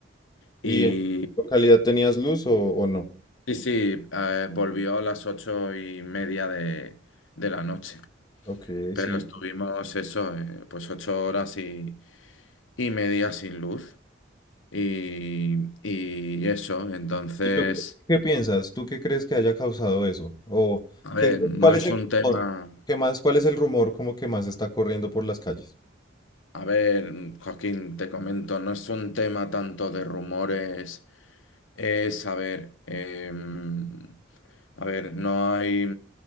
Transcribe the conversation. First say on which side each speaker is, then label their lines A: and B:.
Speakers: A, on the left (about 85°); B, on the left (about 20°).
A: Y
B: ¿Y en tu localidad tenías luz o, o no?
A: sí, sí, eh, volvió a las ocho y media de de la noche.
B: Ok,
A: Pero
B: sí.
A: estuvimos eso, eh, pues ocho horas y, y media sin luz. Y, y eso, entonces,
B: ¿Y tú qué piensas? ¿Tú qué crees que haya causado eso? ¿O
A: a ver,
B: qué, es-
A: no
B: cuál es
A: es
B: el
A: un tema,
B: rumor? ¿Qué más? ¿Cuál es el rumor como que más está corriendo por las calles?
A: a ver, Joaquín, te comento, no es un tema tanto de rumores, es, a ver, em, a ver, no hay.